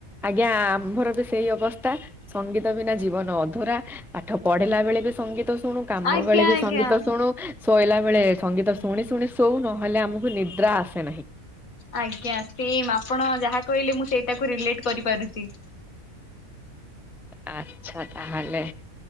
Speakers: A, in the centre; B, on the left (about 75°).
A: ଆଜ୍ଞା ଆମର ବି ସେଇ ଅବସ୍ଥା। ସଙ୍ଗୀତ ବିନା ଜୀବନ ଅଧୁରା ପାଠ ପଢିଲା ବେଳେ ବି ସଙ୍ଗୀତ ଶୁଣୁ। କାମ
B: ଆଜ୍ଞା
A: ବେଳେ ବି
B: ଆଜ୍ଞା
A: ସଙ୍ଗୀତ ଶୁଣୁ। ଶୋଇଲା ବେଳେ ସଙ୍ଗୀତ ଶୁଣି ଶୁଣି ଶୋଉ ନହେଲେ ଆମକୁ ନିଦ୍ରା ଆସେ ନାହିଁ।
B: ଆଜ୍ଞା ସେମ ଆପଣ ଯାହା କହିଲେ ମୁଁ ସେଇଟାକୁ ରିଲେଟ କରିପାରୁଚି।
A: ଆଛା ତାହେଲେ